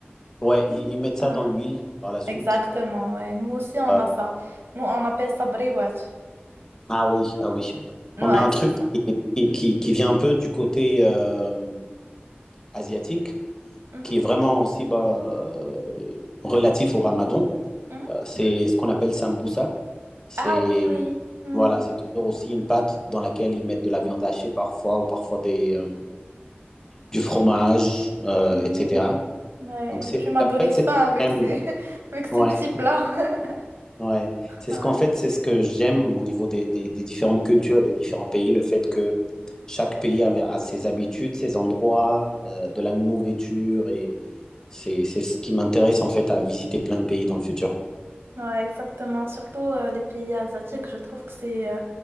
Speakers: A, on the left (about 15°); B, on the right (about 80°).
A: Ouais, ils,
B: Non.
A: ils mettent ça
B: Ouais.
A: dans l'huile par la suite.
B: Exactement. Ouais. Nous aussi, on
A: Euh,
B: a ça. Nous, on appelle ça briwat.
A: ah oui, ah oui.
B: Ouais,
A: On a un
B: c'est
A: truc
B: ça.
A: qui, qui, qui- qui vient un peu du côté euh, asiatique,
B: Mhm,
A: qui est vraiment aussi bah, euh, relatif au Ramadan.
B: mhm.
A: Euh, c'est ce qu'on appelle sambusa. C'est
B: Ah oui, oui. Hmm,
A: voilà, c'est toujours aussi une pâte dans laquelle ils mettent de la viande hachée parfois ou parfois des, euh, du fromage, euh,
B: hmm.
A: etc.
B: Ouais,
A: Donc, c'est,
B: tu m'as
A: en
B: donné
A: fait,
B: faim
A: c'est ce que
B: avec
A: j'aime.
B: ces, <laughs> avec ces
A: Ouais,
B: petits plats. <laughs>
A: ouais. C'est
B: Ouais,
A: ce qu'en fait, c'est ce que j'aime au niveau des, des- des différentes cultures, des différents pays, le fait que chaque pays avait, a ses habitudes, ses endroits, euh, de la nourriture, et c'est, c'est ce qui m'intéresse en fait à visiter plein de pays dans le futur.
B: ouais, exactement. Surtout euh, les pays asiatiques, je trouve que c'est euh,